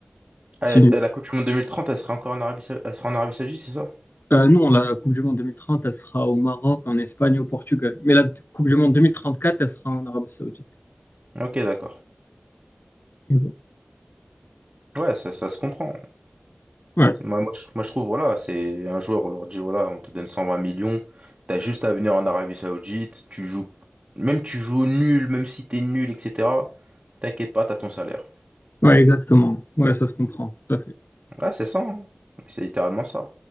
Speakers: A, on the right; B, on the left.
A: Ah,
B: C'est
A: euh,
B: une-
A: la Coupe du Monde 2030, elle sera encore en Arabie, Sa- elle sera en Arabie Saoudite, c'est ça?
B: Euh, non, la Coupe du Monde 2030, elle sera au Maroc, en Espagne, et au Portugal. Mais la Coupe du Monde 2034, elle sera en Arabie Saoudite.
A: Ok, d'accord.
B: Mais bon.
A: Ouais, ça, ça se comprend.
B: Ouais.
A: Moi, moi, je, moi, je trouve, voilà, c'est un joueur, on leur dit, voilà, on te donne 120 millions, t'as juste à venir en Arabie Saoudite, tu joues, même tu joues nul, même si t'es nul, etc. T'inquiète pas, t'as ton salaire.
B: Ouais, exactement. Ouais, ça se comprend, tout à fait.
A: Ouais, c'est ça, hein. C'est littéralement ça.